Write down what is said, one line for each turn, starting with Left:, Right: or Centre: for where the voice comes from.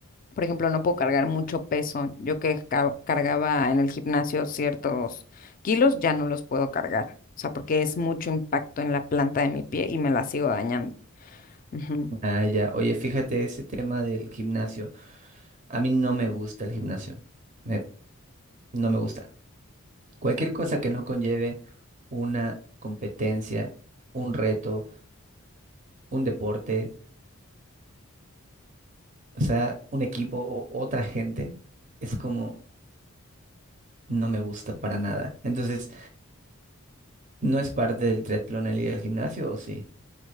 Left: por ejemplo, no puedo cargar mucho peso. Yo que ca- cargaba en el gimnasio ciertos kilos, ya no los puedo cargar. O sea, porque es mucho impacto en la planta de mi pie y me la sigo dañando. Ujú.
Right: Ah, ya. Oye, fíjate ese tema del gimnasio. A mí no me gusta el gimnasio. Me- no me gusta. Cualquier cosa que no conlleve una competencia, un reto, un deporte, o sea, un equipo o otra gente, es como no me gusta para nada. Entonces, ¿no es parte del triatlón el ir al gimnasio o sí?